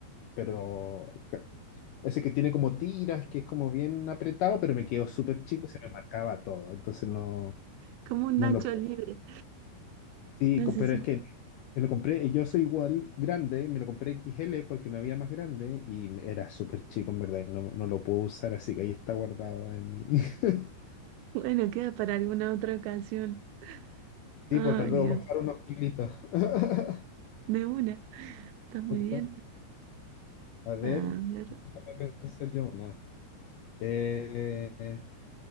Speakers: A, on the left; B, on the right.
A: pero ca- ese que tiene como tiras, que es como bien apretado, pero me quedó súper chico, y se me marcaba todo, entonces no,
B: como un
A: no
B: Nacho
A: lo...
B: libre.
A: Sí,
B: No
A: co-
B: sé
A: pero
B: si,
A: es que Me lo compré, y yo soy igual grande, me lo compré XL porque no había más grande y me- era súper chico en verdad y no, no lo puedo usar, así que ahí está guardado en mi... <laughs>
B: bueno, queda para alguna otra ocasión. Ay,
A: Tipo, tal vez
B: Dios,
A: bajar unos kilitos. <laughs>
B: de una, está muy
A: ¿Cierto?
B: bien.
A: A ver,
B: A ver.
A: déjame pensar yo una. Eh,